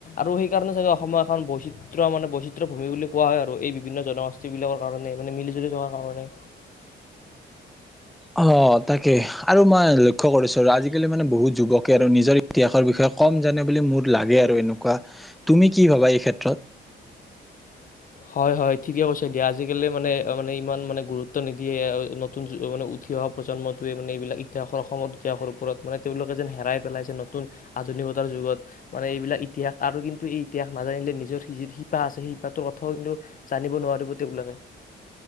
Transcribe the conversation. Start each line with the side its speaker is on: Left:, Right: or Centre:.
Left: আৰু সেইকাৰণে চাগে অসমৰ এখন বৈচিত্ৰ চিত্ৰ মানে বৈচিত্ৰয় ভূমি বুলি কোৱা হয় আৰু এই বিভিন্ন জনগোষ্ঠী বিলাকৰ কাৰণে মানে মিলি জুলি থকাৰ কাৰণে।
Centre: অ তাকে, আৰু মই লক্ষ্য কৰিছো আৰু আজিকালি মানে বহুত যুৱকে আৰু নিজৰ ইতিহাসৰ বিষয়ে কম জানে বুলি মোৰ লাগে আৰু এনেকুৱা, তুমি কি ভাবা এই ক্ষেত্ৰত?
Left: হয়-হয়, ঠিকে কৈছে দিয়া আজিকালি মানে-মানে, ইমান মানে গুৰুত্ব নিদিয়ে নতুন মানে উঠি অহা প্ৰজন্মটোৱে মানে এইবিলাক ইতিহাসৰ অসমৰ ইতিহাসৰ ওপৰত মানে, তেওঁলোকে যেন হেৰাই পেলাইছে নতুন আধুনিকতাৰ যুগত মানে এইবিলাক ইতিহাস আৰু কিন্তু এই ইতিহাস নাজানিলে নিজৰি যে শিপা আছেই শিপাটোৰ কিন্তু জানিব নোৱাৰিব তেওঁবিলাকে।